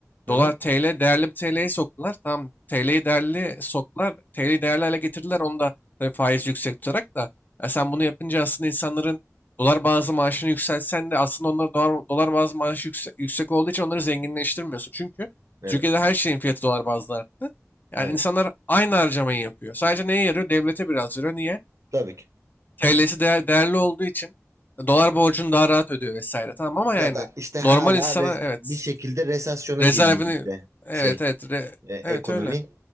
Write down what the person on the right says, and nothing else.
Hı
hı.
Evet.
Aynen.
Tabii ki.
Ya
da işte hala
res-
bir şekilde resesyona
girmiyor işte
şey
e, ekonomi.